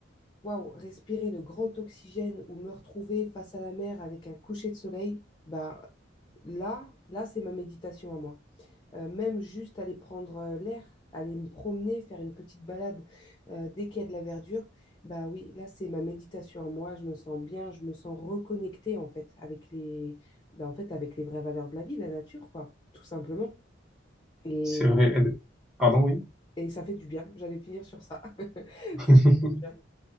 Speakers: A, on the left; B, in the centre.
A: Waouh, respirer le grand oxygène ou me retrouver face à la mer avec un coucher de soleil, bah là, là, c'est ma méditation à moi. Euh, même juste aller prendre euh, l'air, aller me promener, faire une petite balade euh, dès qu'il y a de la verdure, bah oui, là, c'est ma méditation à moi. Je me sens bien, je me sens reconnectée en fait avec les, bah, en fait, avec les vraies valeurs de la vie, la nature, quoi, tout simplement. Et,
B: C'est vrai. Eh ben, Pardon,
A: et,
B: oui.
A: et ça fait du bien. J'allais finir sur ça. <laughs>
B: <laughs>
A: Ça fait du bien.